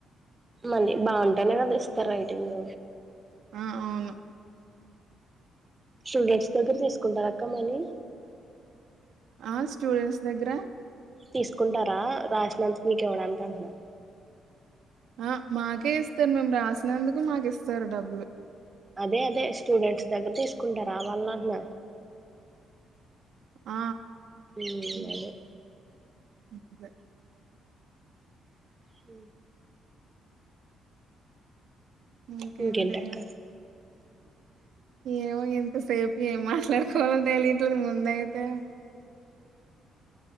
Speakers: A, on the right; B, on the right.
A: మల్లి బాగుంటేనే కదా ఇస్తారు రేటింగు
B: ఆ అవును
A: స్టూడెంట్స్ దగ్గర తీసుకుంటారు అక్క మని
B: ఆ స్టూడెంట్స్ దగ్గర
A: తీసుకుంటారా రాసినందుకు మీక్ ఇవ్వడానికి అంటున్నా
B: ఆ మాకే ఇస్తారు మేము రాసినందుకు మాకు ఇస్తారు డబ్బులు
A: అదే అదే స్టూడెంట్స్ దగ్గర తీసుకుంటారు ఆ వాళ్లంట్నా
B: ఆ
A: ఉ
B: హ్మ్.
A: అదే
B: అదే
A: హ
B: ఇంకేంటే
A: ఇంకేంటక్క
B: ఏమో ఇంతసేపు ఏమ ఎట్లాడుకోవాల తెలిదు ముందైతే